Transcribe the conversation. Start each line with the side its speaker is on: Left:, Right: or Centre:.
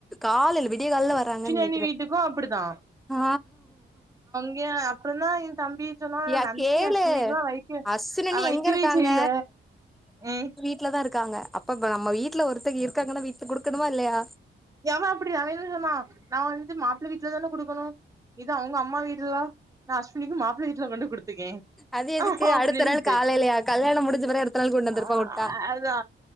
Centre: கால்ல விடிய கால்ல வராறங்கன்னு
Right: அஸ்வினி
Centre: நெ
Right: வீட்டுக்கு அப்டிதா
Centre: ஆ
Right: இங்க அப்றோ தா எயா தம்பி சொன்னா நா
Centre: யா
Right: நந்தி
Centre: கேளு
Right: அஸ்வினிக்குல்லா வெக்க
Centre: அஸ்வினி
Right: அ வெக்கவே
Centre: எங்க இருக்காங்க
Right: செய்ல ம்
Centre: வீட்ல தா இருக்காங்க அப்பப்ப நம்ம வீட்ல ஒருத்தங்க இருக்காங்கன்னு வீட்டுக் குடுக்கணுமா இல்லையா
Right: எவே அப்டி தரேன்னு சொன்னா நா வந்து மாப்ள வீட்ல தானே குடுக்கணு இது அவுங்க அம்மா வீடுலா நா அஸ்வினிக்கு மாப்ள வீட்டுல கொண்டு குடுத் பாத்துகே
Centre: அது எதுக்கு
Right: அப்டின்ட்டு
Centre: அடுத்த நாள் காலையிலயா கல்யாணம் முடிஞ்ச பிறகு அடுத்த நாள் கொண்டு வந்திருப்பா
Right: ஆ
Centre: உட்டா
Right: அதா